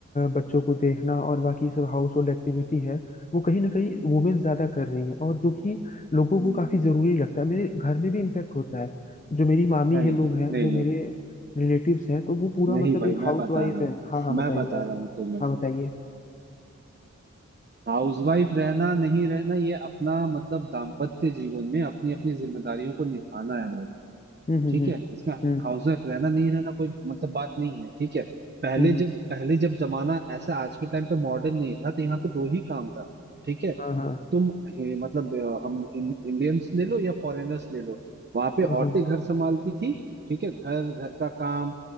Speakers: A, on the left; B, on the right.
A: बच्चों को देखना और बाकी सब हाउस होल्ड एक्टिविटी है वो कहीं ना कहीं वुमेन्स ज्यादा कर रही हैं और जो कि लोगों को
B: हम्म।
A: काफी जरूरी लगता है मेरे घर में भी इन्फेक्ट होता है जो मेरी मामी
B: नहीं
A: है लोग हैं
B: नहीं
A: जो मेरे
B: नहीं
A: रिलेटिव्स हैं तो वो पूरा
B: नहीं
A: मतलब
B: भाई
A: एक
B: मैं
A: हाउस
B: बता
A: वाइफ
B: रहा
A: है
B: हूँ
A: हाँ हाँ बताइए
B: मैं बता
A: आप
B: रहा हूँ तुम्हें
A: हाँ बताइए
B: हाउसवाइफ रहना नहीं रहना ये अपना मतलब दाम्पत्य जीवन में अपनी अपनी जिम्मेदारियों को निभाना है भाई
A: हम्म हम्म
B: ठीक है इसमें
A: हम्म
B: हाउस वाइफ रहना नहीं रहना कोई मतलब बात नहीं है ठीक है पहले
A: हम्म हम्म हम्म,
B: जब पहले जब जमाना ऐसा आज के टाइम पे मॉडर्न नहीं था तो यहाँ पे दो ही काम था ठीक है
A: हाँ हाँ
B: तुम हे- मतलब अ, हम इन, इंडियंस ले लो या फॉरेनर्स ले लो वहां पे
A: हाँ
B: औरतें
A: हाँ
B: घर संभालती थी ठीक है घर घर का काम